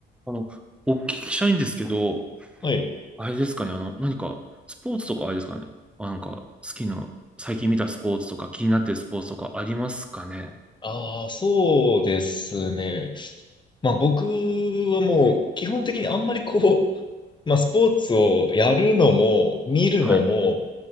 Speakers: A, in the centre; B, on the left (about 25°).
A: あの、お聞きしたいんですけど、
B: はい。
A: あれですかね、あの、何か、スポーツとかあれですかね、あ、なんか、好きな、最近見たスポーツとか、気になってるスポーツとかありますかね。
B: ああ、そうですね。まあ僕はもう基本的にあんまりこう、<laughs> まあスポーツをやるのも見るのも
A: はい。